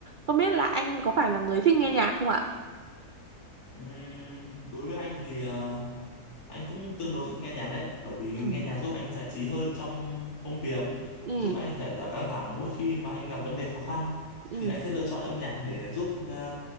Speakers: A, on the right; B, on the left.
A: Không biết là anh có phải là người thích nghe nhạc không ạ?
B: Ừm, đối với anh thì ờ, anh cũng tương đối thích nghe nhạc đấy, bởi vì nghe
A: ừ
B: nhạc giúp anh giải trí hơn trong công việc,
A: ừ
B: giúp anh giải tỏa căng thẳng mỗi khi mà anh gặp vấn đề khó khăn
A: ừ
B: thì anh sẽ lựa chọn âm nhạc để giúp ờ,